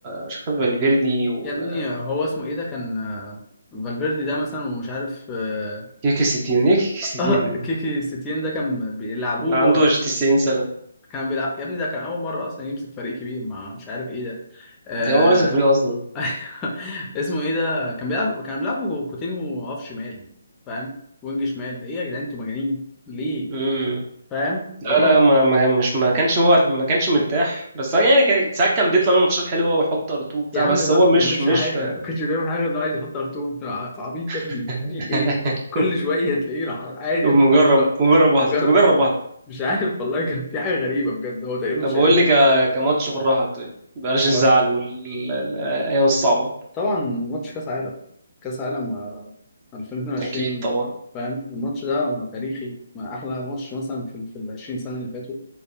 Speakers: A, on the right; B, on the left.
A: مش عارف فالفيردي وتيكي
B: يا ابني هو اسمه ايه ده كان آه، فالفيردي ده مثلا ومش عارف آه
A: ستين ايه تيكي
B: <laughs>
A: ستين
B: آه،
A: ده؟
B: كيكي ستين ده كان بيلعبوه
A: اللي عنده 90 سنه ده
B: كان بيلعب يا ابني ده كان اول مره اصلا يمسك فريق كبير مع مش عارف ايه ده آه،
A: تقريبا هو نازل الفريق اصلا
B: <laughs> اسمه ايه ده كان بيلعب كان بيلعبوا كوتينهو هاف شمال فاهم وينج شمال ايه يا جدعان انتوا مجانين ليه
A: امم
B: فاهم <laughs> وهو
A: لا لا ما ما مش ما كانش هو ما كانش مرتاح بس هو يعني كان- ساعات كان بيطلع منه ماتشات حلوه ويحط ار2 بتاع
B: يا عم
A: بس
B: بقى
A: هو
B: ما
A: مش
B: بيعملش
A: مش
B: حاجه ما كانش بيعمل حاجه غير انه عايز يحط ار2 انت عبيط
A: <laughs>
B: يا ابني في ايه كل شويه تلاقيه راح عادي
A: طب
B: الفرشة
A: مجرب مجرب
B: ومجرد
A: واحد طب مجرب واحد
B: <laughs> مش عارف والله كان في حاجه غريبه بجد هو تقريبا
A: طب
B: مش
A: قول لي ك... كماتش بالراحة طيب بلاش
B: كان
A: الزعل
B: ماتش
A: والأيام الصعبة
B: طبعا ماتش كاس عالم كاس عالم آه، 2022
A: أكيد طبعا
B: فاهم الماتش ده تاريخي ما احلى ماتش مثلا في ال في ال 20 سنه اللي فاتوا